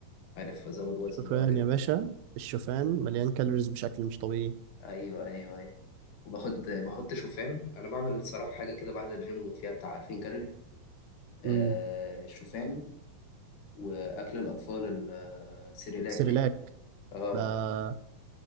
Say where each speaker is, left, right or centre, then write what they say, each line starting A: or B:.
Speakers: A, on the left (about 65°); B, on the right (about 85°).
A: عارف ازود وزن
B: شوفان
A: بقى وكده
B: يا باشا الشوفان مليان كالوريز بشكل مش طبيعي
A: ايوه ايوه ايوه وباخد بحط شوفان انا بعمل الصراحة حاجة كده بعد الجيم فيها بتاع 2000 كالوري آه،
B: امم
A: شوفان واكل الاطفال ال- السيريلاك
B: سيريلاك
A: اه
B: ده